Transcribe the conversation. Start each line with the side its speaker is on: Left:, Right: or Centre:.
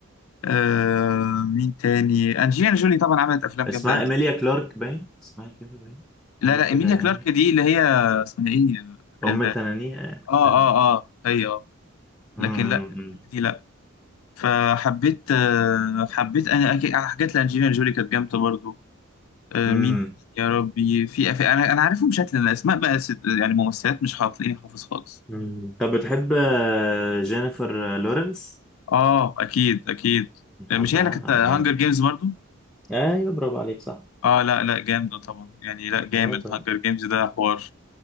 Left: آه مين تاني انجلينا جولي طبعا عملت افلام
Centre: اسمها
Left: جامده قوي
Centre: إيميليا كلارك باين اسمها كده باين
Left: لا
Centre: حاجة
Left: لا
Centre: كده
Left: ايميليا
Centre: يعني
Left: كلارك دي اللي هي اسمها ايه
Centre: أم
Left: ال-
Centre: تنانية
Left: اه
Centre: يعني
Left: اه
Centre: مم.
Left: اه هي اه
Centre: مم.
Left: لكن لا دي لا فحبيت آه، حبيت انا أكيد على حاجات لانجелينا جولي كانت جامده برضو آه،
Centre: مم.
Left: مين تاني يا ربي في أف... انا انا عارفهم شكلا الاسماء بقى ست... يعني ممثلات مش هتلاقيني حافظ خالص
Centre: مم. طب بتحب آه، جينيفر لورنس؟
Left: اه اكيد اكيد
Centre: بتحبها؟
Left: آه، مش هي اللي كانت
Centre: طب
Left: هانجر
Centre: جامد
Left: جيمز برضو
Centre: ايوه برافو عليك صح
Left: اه لا لا جامده طبعا يعني لا جامد
Centre: آه، طب
Left: هانجر جيمز ده حوار